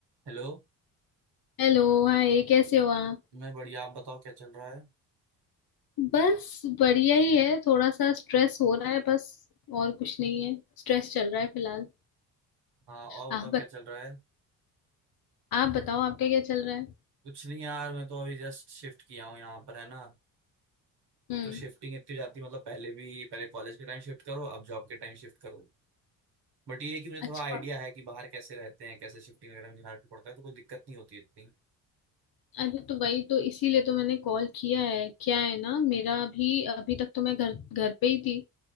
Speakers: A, on the right; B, on the left.
A: Hello
B: Hello Hi कैसे हो आप
A: मैं बढ़िया आप बताओ क्या चल रहा है
B: बस बढ़िया ही है थोड़ा सा स्ट्रेस हो रहा है बस और कुछ नहीं है स्ट्रेस चल रहा है फिलहाल
A: हाँ और
B: आप
A: बताओ क्या
B: बत,
A: चल रहा है
B: आप बताओ आपका क्या चल रहा है
A: कुछ नहीं यार मैं तो अभी जस्ट शिफ्ट किया हूँ यहाँ पर है ना
B: हम्म
A: एक तो शिफ्टिंग इतनी जाती है मतलब पहले भी पहले कॉलेज के टाइम शिफ्ट करो अब जॉब के टाइम शिफ्ट करो बट ये है कि मुझे थोड़ा
B: अच्छा
A: आइडिया है कि बाहर कैसे रहते हैं कैसे शिफ्टिंग वगैरह में बिहार पे पड़ता है तो कोई दिक्कत नहीं होती इतनी
B: अरे तो वही तो इसीलिए तो मैंने कॉल किया है क्या है ना मेरा अभी अभी तक तो मैं घर घर पे ही थी